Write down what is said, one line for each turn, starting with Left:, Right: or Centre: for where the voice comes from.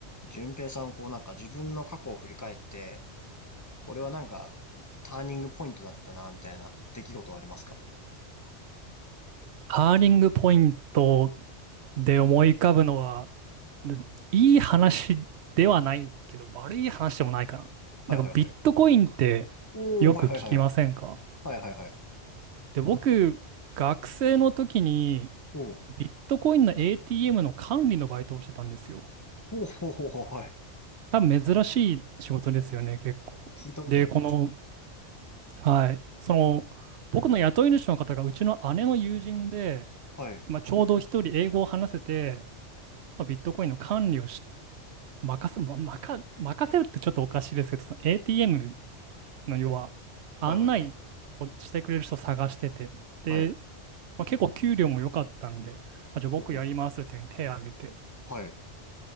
Left: 順平さん、こうなんか自分の過去を振り返って、これはなんかターニングポイントだったな、みたいな出来事はありますか
Right: ハーニングポイントで思い浮かぶのは、むいい話ではないけど、悪い話でもないかな。
Left: はいはいはい。
Right: なんかビットコインって
Left: おー、
Right: よく聞きませんか
Left: はいはいはい。はいはいはい。
Right: で、僕、学生の時に
Left: おー、
Right: ビットコインの ATM の管理のバイトをしてたんですよ。
Left: おー、ほうほうほう、はい。
Right: 多分珍しい仕事ですよね、結構。
Left: 聞いたことない。
Right: で、この、はい、その、僕の雇い主の方がうちの姉の友人で、
Left: はい、
Right: まあ、ちょうど一人英語を話せて、まあ、ビットコインの管理をし、任せ、ま、任、任せるってちょっとおかしいですけど、その ATM の要は案内をしてくれる人を探してて、
Left: はいはいはい。
Right: で、
Left: はい、
Right: まあ、結構給料も良かったんで、あ、じゃあ僕やりますっていうふうに手を挙げて、
Left: ほうほう、はい。